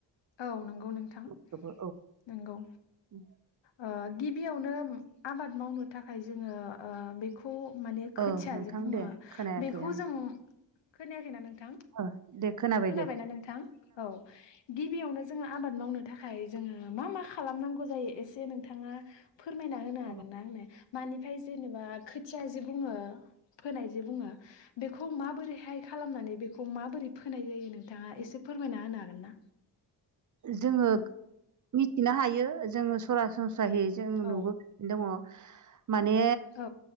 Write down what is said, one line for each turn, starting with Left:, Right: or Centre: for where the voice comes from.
Left: औ नंगौ नोंथां
Right: बेखौबो
Left: नंगौ
Right: औ
Left: ओ गिबियावनो आबाद मावनो थाखाय जोङो ओ बेखौ खौ माने खोथियाजे
Right: ओ नोंथां
Left: बुङो
Right: दे खोनायाखै
Left: बेखौ
Right: आं
Left: जों खोनायाखैना नोंथां
Right: ओ दे खोनाबाय
Left: खोनाबायना
Right: दे
Left: नोंथां औ गिबियावनो जोङो आबाद मावनो थाखाय जोङो मा मा खालामनांगौ जायो एसे नोंथाङा फोरमायना होनो हागोनना
Right: औ
Left: आंनो? मानिफ्राय जेनेबा खोथिया जे बुङो फोनाय जे बुङो बेखौ माबोरैहाय खालामनानै बेखौ माबोरै फोनाय जायो नोंथाङा एसे फोरमायना होनो हागोन ना?
Right: जोङो मिथिनो हायो जोङो सरासनस्रायै जों
Left: औ
Right: नुबोसिनो दङ माने
Left: औ